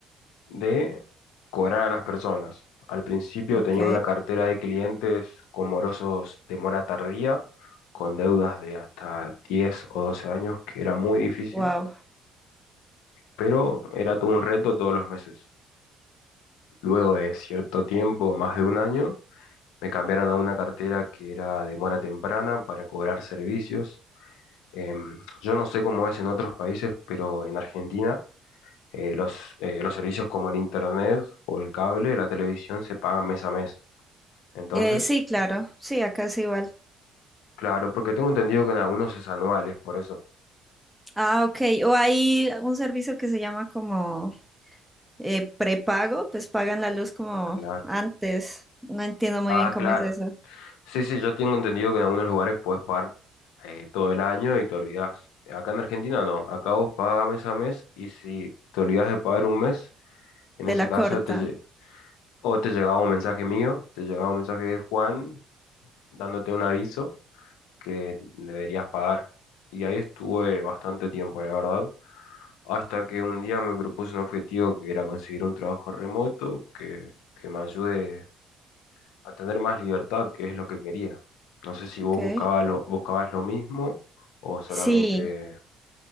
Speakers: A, on the left; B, in the centre.
A: de cobrar a las personas. Al principio
B: ok,
A: tenía una cartera de clientes con morosos de mora tardía, con deudas de hasta 10 o 12 años, que era muy difícil,
B: wow.
A: pero era todo un reto todos los meses. Luego de cierto tiempo, más de un año, me cambiaron a una cartera que era de mora temprana para cobrar servicios. Em, yo no sé cómo es en otros países, pero en Argentina eh, los, eh, los servicios como el internet o el cable, la televisión se pagan mes a mes. Entonces,
B: Eh, sí, claro, sí, acá es igual.
A: claro, porque tengo entendido que en algunos es anuales, por eso.
B: Ah, ok. O hay un servicio que se llama como eh, prepago, pues pagan la luz como
A: Claro.
B: antes. No entiendo muy
A: Ah,
B: bien cómo
A: claro.
B: es eso.
A: Sí, sí, yo tengo entendido que en algunos lugares puedes pagar eh, todo el año y te olvidás. Acá en Argentina no. Acá vos pagas mes a mes y si te olvidás de pagar un mes, en ese
B: Te la
A: caso
B: cortan,
A: te, lle- o te llegaba un mensaje mío, te llegaba un mensaje de Juan dándote un aviso que deberías pagar. Y ahí estuve bastante tiempo, la verdad. Hasta que un día me propuse un objetivo que era conseguir un trabajo remoto que, que me ayude a tener más libertad, que es lo que quería. No sé si
B: ok.
A: vos buscabas lo, buscabas lo mismo o solamente...
B: Sí,